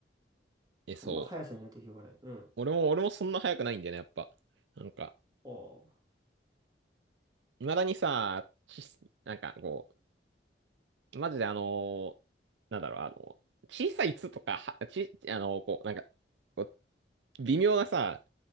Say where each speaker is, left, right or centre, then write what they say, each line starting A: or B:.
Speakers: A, on the right; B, on the right.
A: え、そう。
B: あんま速さには定評がない。うん。
A: 俺も、俺もそんな速くないんだよね、やっぱ。なんか、
B: ああ。
A: 未だにさ、ち、なんかこう、マジであのーなんだろう、あの、小さい「つ」とか、は、ち、あのこう、なんか、こう微妙なさ、